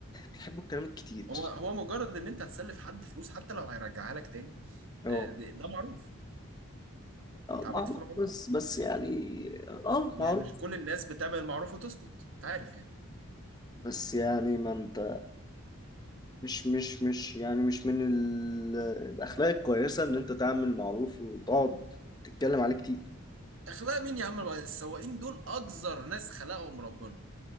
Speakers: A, on the left; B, on the right.
A: بيحبوا الكلام الكتير
B: هو هو مجرد ان انت هتسلف حد فلوس حتى لو هيرجعها لك تاني
A: اه
B: آه، ده ده معروف
A: اه
B: انت عملت
A: معروف
B: فيه معروف
A: بس بس يعني اه
B: ومش
A: معروف
B: كل الناس بتعمل المعروف وتسكت انت عارف يعني
A: بس يعني ما انت مش مش مش يعني مش من ال... الأخلاق الكويسة إن أنت تعمل معروف وتقعد تتكلم عليه كتير
B: اخلاق مين يا عم السواقين دول اقذر ناس خلقهم ربنا